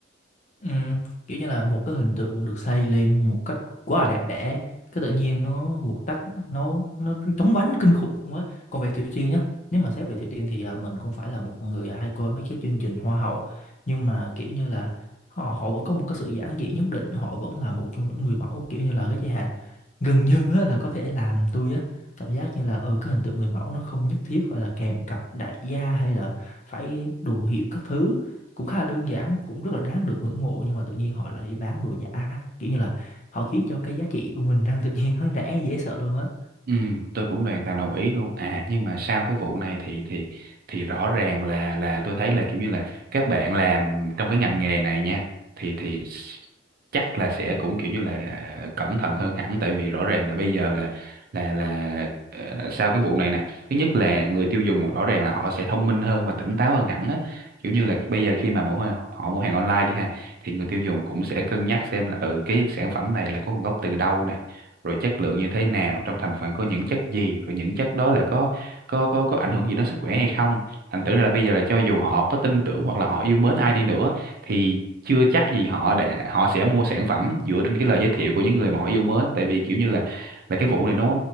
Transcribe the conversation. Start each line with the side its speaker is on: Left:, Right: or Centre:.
Left: Ừ, kiểu như là một cái hình tượng được xây lên một cách quá là đẹp đẽ cái tự nhiên nó vụt tắt nó nó chóng vánh kinh khủng luôn á còn về Thủy Tiên nhá nếu mà xét về Thủy Tiên thì à, mình không phải là một người hay coi mấy cái chương trình hoa hậu nhưng mà kiểu như là họ họ vẫn có một cái sự giản dị nhất định họ vẫn là một trong những người mẫu kiểu như là cái chị Hà gần như á, là có thể làm tôi á cảm giác như là ừ cái hình tượng người mẫu nó không nhất thiết phải là kèm cặp đại gia hay là phải đồ hiệu các thứ cũng khá là đơn giản cũng rất là đáng được ngưỡng mộ nhưng mà tự nhiên họ lại đi bán đồ giả kiểu như là họ khiến cho cái giá trị của mình đang tự nhiên <laughs> hắn rẻ dễ sợ luôn á
Right: Ừ, tôi cũng hoàn toàn đồng ý luôn. À nhưng mà sau cái vụ này thì thì thì rõ ràng là là tôi thấy là kiểu như là các bạn làm trong cái ngành nghề này nha thì thì s- chắc là sẽ cũng kiểu như là cẩn thận hơn hẳn tại vì rõ ràng là bây giờ là là là ờ, sau cái vụ này nè, thứ nhất là người tiêu dùng rõ ràng là họ sẽ thông minh hơn và tỉnh táo hơn hẳn á. Kiểu như là bây giờ khi mà mua hàng- họ mua hàng online đi ha thì người tiêu dùng cũng sẽ cân nhắc xem là ừ cái sản phẩm này là có nguồn gốc từ đâu nè rồi chất lượng như thế nào trong thành phần có những chất gì rồi những chất đó là có có có có ảnh hưởng gì đến sức khỏe hay không thành thử ra là bây giờ là cho dù họ có tin tưởng hoặc là họ yêu mến ai đi nữa thì chưa chắc gì họ để họ sẽ mua sản phẩm dựa trên cái lời giới thiệu của những người mà họ yêu mến tại vì kiểu như là là cái vụ này nó